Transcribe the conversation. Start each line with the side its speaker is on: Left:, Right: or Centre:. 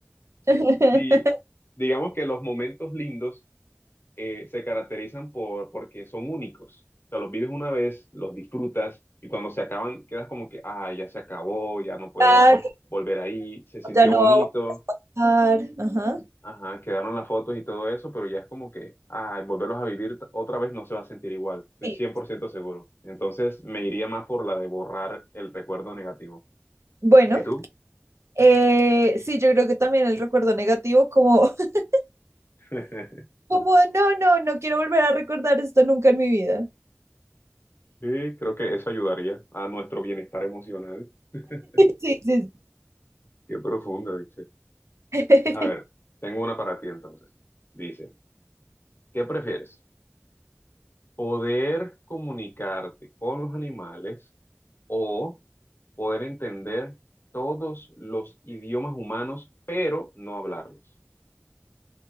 Right: <laughs>
Left: Y digamos que los momentos lindos eh, se caracterizan por, porque son únicos. O sea, los vives una vez, los disfrutas y cuando se acaban quedas como que, ah, ya se acabó, ya no puedo
Right: Claro,
Left: volver ahí, se sintió
Right: ya no
Left: bonito,
Right: va a bajar. Ajá.
Left: ajá, quedaron las fotos y todo eso, pero ya es como que, ah, volverlos a vivir t- otra vez no se va a sentir igual, estoy
Right: Sí.
Left: 100% seguro. Entonces me iría más por la de borrar el recuerdo negativo.
Right: Bueno,
Left: ¿Y tú?
Right: eh, sí, yo creo que también el recuerdo negativo, como, <laughs>
Left: <laughs>
Right: como no, no, no quiero volver a recordar esto nunca en mi vida.
Left: Sí, creo que eso ayudaría a nuestro bienestar emocional. <laughs>
Right: Sí, sí.
Left: Qué profunda, ¿viste?
Right: sí. <laughs>
Left: A ver, tengo una para ti entonces. Dice, ¿qué prefieres? ¿Poder comunicarte con los animales o poder entender todos los idiomas humanos, pero no hablarlos?